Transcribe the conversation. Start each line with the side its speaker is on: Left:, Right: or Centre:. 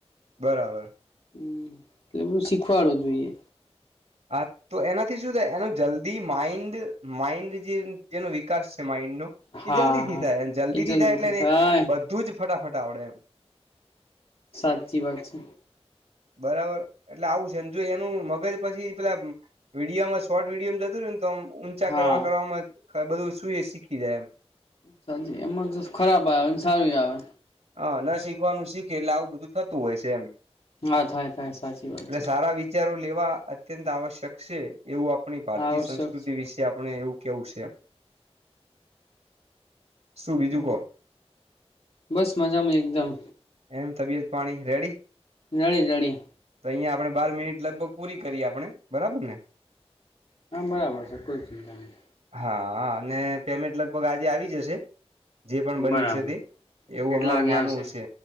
Right: બરાબર
Left: હ એટલે બધું શીખવાડું જોઈએ
Right: હા તો એનાથી શું થાય એનો જલ્દી માઇન્ડ માઇન્ડ જે જેનો વિકાસ છે માઇન્ડ
Left: હા
Right: એ જલ્દી
Left: હા
Right: થી થાય જલ્દી
Left: એ જલ્દીથી
Right: થી થાય એટલે
Left: થાય
Right: એ બધું જ ફટાફટ આવડે એમ
Left: સાચી વાત છે
Right: બરાબર એટલે આવું છે ને જો એનું મગજ પછી પેલા વિડીયોમાં શોર્ટ વિડીયોમ જતુંય ને તો આમ ઊંચા
Left: હા
Right: કરવા કરવામાં બધું શું શીખી જાય એમ
Left: સાચી એમાં તો ખરાબ આવે સારું આવે
Right: હ ના શીખવાનું શીખે એટલે આવું બધું થતું હોય છે એમ
Left: હા થાય થાય સાચી
Right: એટલે
Left: વાત છે
Right: સારા વિચારો અત્યંત આવશ્યક છે એવું આપણી ભારતીય
Left: આવશ્યક
Right: સંસ્કૃતિ
Left: છે
Right: વિશે આપણે એવું કહેવું સે શું બીજું
Left: બરાબર
Right: કહો
Left: બસ મજામાં એકદમ
Right: એમ તબિયત પાણી રેડી
Left: રેડી રેડી
Right: તો અહિયાં આપડે બાર મિનિટ લગભગ પૂરી કરીએ આપણે બરાબર ને
Left: હા બરાબર છે કોઈ ચિંતા નહી.
Right: હા અને પેમેન્ટ લગભગ આજે આવી જશે જે પણ બન્યું
Left: બરાબર
Right: છે તે. એવુ
Left: કેટલા
Right: અમારું
Left: વાગે
Right: માનવું
Left: આવશે
Right: છે.